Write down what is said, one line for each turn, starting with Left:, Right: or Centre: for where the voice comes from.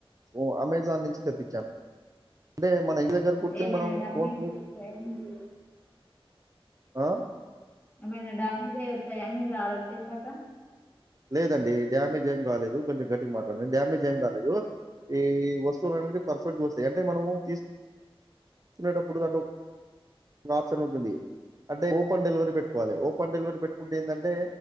Right: ఓ అమెజాన్ నుంచి తెప్పించాను అంటే మన ఇంటి దగ్గర కూర్చొని
Left: ఏమైన
Right: మనం
Left: డ్యామేజ్
Right: ఫోన్స్ ని
Left: లు వుంటే మీరు
Right: ఆ
Left: ఏమైనా డ్యామేజ్ ఐ వచ్చాయా మీరు ఆర్డర్ చేసాక
Right: లేదండి డ్యామేజ్ ఏం కాలేదు కొంచెం గట్టిగా మాట్లాడండి డ్యామేజ్ ఏం కాలేదు ఈ వస్తువులు అనేది పర్ఫెక్ట్ గా వస్తాయి అంటే మనం తీసుకునేటప్పుడు దా ఆప్షన్ ఉంటుంది అంటే ఓపెన్ డెలివరీ పెట్టుకోవాలి ఓపెన్ డెలివరీ పెట్టుకుంటే ఏందంటే